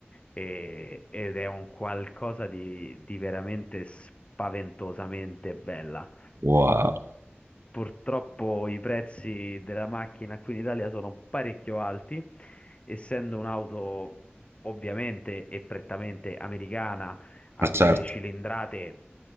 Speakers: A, on the left; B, on the right.
A: e- ed è un qualcosa di, di veramente spaventosamente bella.
B: Wow,
A: Purtroppo i prezzi della macchina qui in Italia sono parecchio alti, essendo un'auto ovviamente e prettamente americana, ha
B: ma
A: delle
B: certo,
A: cilindrate